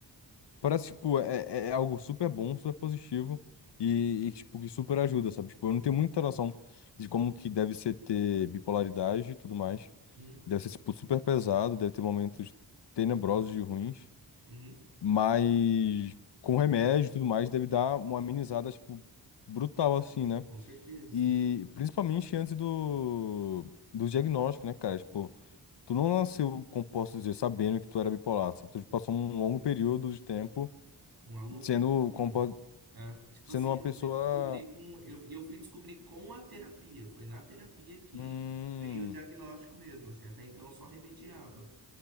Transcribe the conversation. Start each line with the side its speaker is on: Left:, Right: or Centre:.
Left: parece, tipo, é, é algo super bom, super positivo e, e, tipo, que super ajuda, sabe? Tipo, eu não tenho muita noção de como que deve ser ter bipolaridade e tudo mais.
Right: Uhum,
Left: Deve ser, tipo, super pesado, deve ter momentos tenebrosos e ruins,
Right: uhum,
Left: mas com remédio e tudo mais deve dar uma amenizada, tipo, brutal, assim, né?
Right: com certeza,
Left: E
Right: sem dúvida.
Left: principalmente antes do, do diagnóstico, né, cara? Tipo, Tu não nasceu, como posso dizer, sabendo que tu era bipolar, sabe? Tu passou um longo período de tempo
Right: Uma loucura,
Left: sendo,
Right: mano.
Left: como pode-
Right: Ah, tipo
Left: sendo
Right: assim,
Left: uma
Right: eu
Left: pessoa.
Right: fui descobrir com. Eu, e eu fui descobrir com a terapia. Foi na terapia que
Left: Hum.
Right: veio o diagnóstico mesmo, assim. Até então eu só remediava.